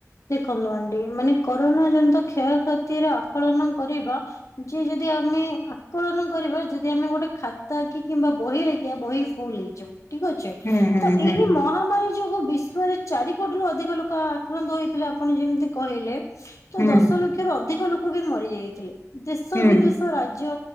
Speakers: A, on the left; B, on the left.
A: ଦେଖନ୍ତୁ ଆଣ୍ଟି ମାନେ କରୋନା ଜନିତ କ୍ଷୟକ୍ଷତିର ଆକଳନ କରିବା। ଯେ ଯଦି ଆମେ ଆକଳନ କରିବା ଯଦି ଆମେ ଗୋଟେ ଖାତା କି କିମ୍ବା ବହି ଲେଖିବା ବହିସ ଫୁଲ ହେଇଯିବ ଠିକ ଅଛି।
B: ହୁଁ ହୁଁ
A: ତ ଏହି ମହାମାରୀ ଯୋଗୁ ବିଶ୍ଵରେ ଚାରି କୋଟି ରୁ ଅଧିକ ଲୋକ ଆକ୍ରାନ୍ତ ହୋଇଥିଲେ ଆପଣ ଯେମିତି କହିଲେ ତ
B: ହୁଁ
A: ଦଶ ଲକ୍ଷରୁ ଅଧିକ ଲୋକ ବି ମରିଯାଇଥିଲେ। ଦେଶ
B: ହୁଁ
A: ବିଦେଶ ରାଜ୍ୟ